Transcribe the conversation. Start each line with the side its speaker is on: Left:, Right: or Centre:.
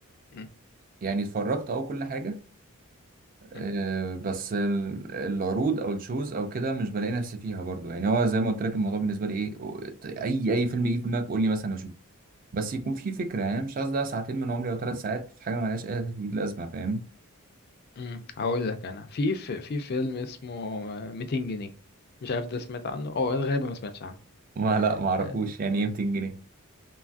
Left: مم.
Right: يعني اتفرجت أه كل حاجة آه،
Left: مم.
Right: بس ال- العروض او الشوز او كده مش بلاقي نفسي فيها برضو يعني هو زي ما قلت لك الموضوع بالنسبه لي ايه و- اي اي فيلم يجي في دماغك قول لي مثلا اشوف بس يكون في فكره يعني مش عايز ده ساعتين من عمري او ثلاث ساعات في حاجه مالهاش اي تأكيد لازمه فاهم
Left: مم. هقول لك انا في في في فيلم اسمه 200 جنيه مش عارف ده سمعت عنه او غالبا ما سمعتش عنه
Right: <laughs> ما لا ما اعرفوش
Left: آه،
Right: يعني ايه 200 جنيه